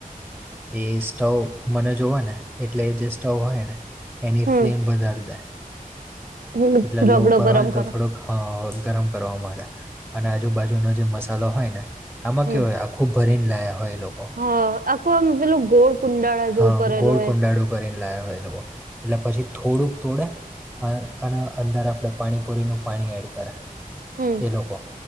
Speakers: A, in the centre; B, on the right.
A: એ સ્ટવ મને જોવા ને એટલે એ જે સ્ટવ હોય ને એની
B: હમ
A: ફ્લેમ વધારી દે.
B: હમ
A: કેટલા
B: રગડો
A: લો ઉપર
B: ગરમ
A: હોય ને તો
B: કરે
A: થોડોક. હ ગરમ કરવા માંડે અને આજુબાજુનો જે મસાલો હોય ન આમાં
B: હમ
A: કેવા હોય આખું ભરીને લા હોય એ લોકો.
B: હા આખું આમ પેલું ગોળ કુંડાળા જેવું
A: હા
B: કરેલું
A: ગોળ
B: હોય
A: કુંડાળું કરીને લાવ્યા હોય એ લોકો એટલે પછી થોડુંક તોડે અને અને અંદર આપણે પાણીપુરીનું પાણી એડ કરે.
B: હમ
A: એ લોકો